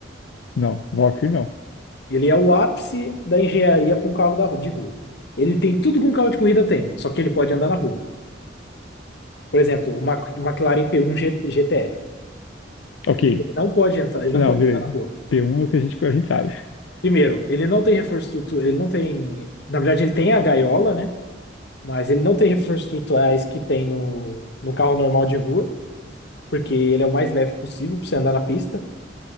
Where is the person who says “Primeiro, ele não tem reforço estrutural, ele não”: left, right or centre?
Left